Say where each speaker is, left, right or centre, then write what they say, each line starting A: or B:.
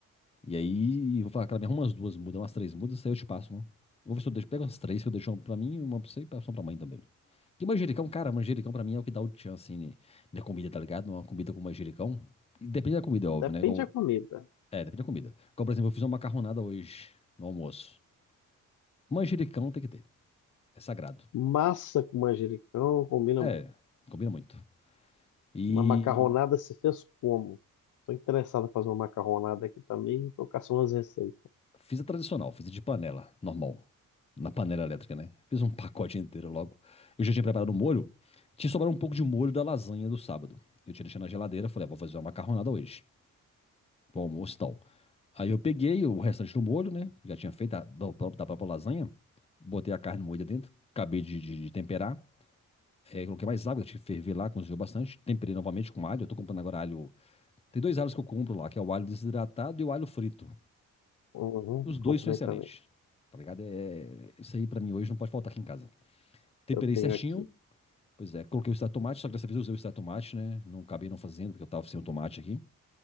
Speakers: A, on the left; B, on the left.
A: E aí eu vou falar, cara, me arruma umas duas mudas, umas três mudas, aí eu te passo uma. Vou ver se eu deixo, pego umas três que eu deixo uma pra mim, uma pra você e passo uma pra mãe também. Que manjericão, cara, manjericão pra mim é o que dá o tchan, assim, né, na comida, tá ligado? Uma comida com manjericão. E depende da comida,
B: Depende
A: é óbvio, né? Igual,
B: da comida.
A: é, depende da comida. Igual, por exemplo, eu fiz uma macarronada hoje, no almoço. Manjericão tem que ter. É sagrado.
B: Massa com manjericão combina
A: É, combina muito. E
B: Uma macarronada se fez como? Estou interessado em fazer uma macarronada aqui também. Estou caçando umas receitas.
A: fiz a tradicional, fiz a de panela, normal. Na panela elétrica, né? Fiz um pacote inteiro logo. Eu já tinha preparado o molho. Tinha sobrado um pouco de molho da lasanha do sábado. Eu tinha deixado na geladeira, falei, ah, vou fazer uma macarronada hoje, pro almoço e tal. Aí eu peguei o restante do molho, né? Já tinha feito a- da, própria- da própria lasanha. Botei a carne moída dentro, acabei de, de- de temperar. É, coloquei mais água, tive que ferver lá, cozinhou bastante. Temperei novamente com alho. Eu tô comprando agora alho. Tem dois alhos que eu compro lá, que é o alho desidratado e o alho frito.
B: Uhum,
A: Os dois
B: comprei
A: são excelentes.
B: também.
A: Tá ligado? É, é, isso aí pra mim hoje não pode faltar aqui em casa. Temperei
B: Eu tenho
A: certinho.
B: aqui.
A: Pois é, coloquei o extrato de tomate, só que dessa vez eu usei o extrato de tomate, né? Não acabei não fazendo, porque eu tava sem o tomate aqui.